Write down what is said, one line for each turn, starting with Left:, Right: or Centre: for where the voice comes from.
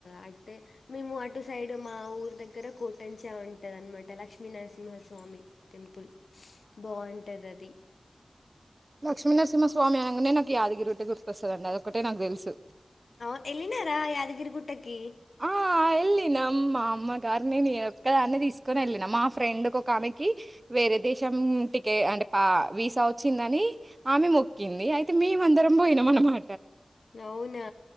Left: అంటే మేము అటు సైడ్ మా ఊరు దగ్గర కోటంచా ఉంటుంది అనమాట లక్ష్మీనరసింహస్వామి టెంపుల్ బాగుంటది అది
Right: లక్ష్మీనరసింహ స్వామి అనంగానే నాకు యాదగిరిగుట్ట గుర్తొస్తదండి అదొక్కటే నాకు తెలుసు
Left: అవు ఎలినారా యాదగిరి గుట్టకి
Right: ఆ వెళ్ళినాం మా అమ్మగారి నేను ఒక్క దాన్నీ తీసుకొని వెళ్ళినా. మా ఫ్రెండ్కి ఒక ఆమెకి వేరే దేశం టికెట్ అంటే పా వీసా వచ్చిందని ఆమె మొక్కింది అయితే మేమ అందరం పోయినాం అనమా
Left: అవునా